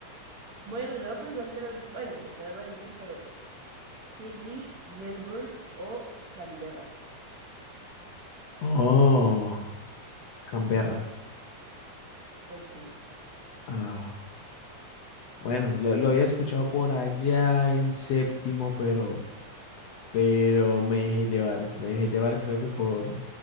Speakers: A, on the right (about 60°); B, on the left (about 65°).
A: Bueno, no, pero igual te las, bueno, o sea, te las voy a decir, pero Sydney, Melbourne o Canberra.
B: Oh. Canberra.
A: Pues sí,
B: Ah, bueno, lo, lo había escuchado por allá en séptimo, pero, pero me dejé llevar. Me dejé llevar, creo que por